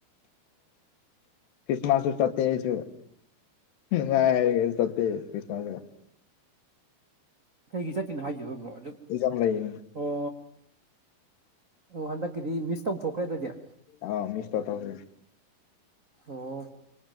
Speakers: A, on the left (about 80°); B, on the right (about 70°).
A: ꯈ꯭ꯔꯤꯁꯃꯁꯨꯁꯨ ꯁꯇ ꯍꯥꯏꯁꯨ ꯉ ꯆ ꯀꯔꯤꯁꯃ
B: ꯀꯩꯒꯤ ꯆꯠꯇꯦꯅꯣ ꯍꯥꯏꯖꯕ꯭ꯔꯣ ꯑꯗꯨ
A: ꯑꯦꯛꯖꯥꯝ ꯂꯩꯌꯦ
B: ꯑꯣ ꯑꯣ ꯍꯟꯗꯛꯀꯤꯗꯤ ꯃꯤꯁ ꯇꯧꯊꯣꯛꯈ꯭ꯔꯦ ꯑꯗꯨꯗꯤ
A: ꯑ ꯃꯤꯁ ꯇ ꯇꯔꯦ
B: ꯑꯣ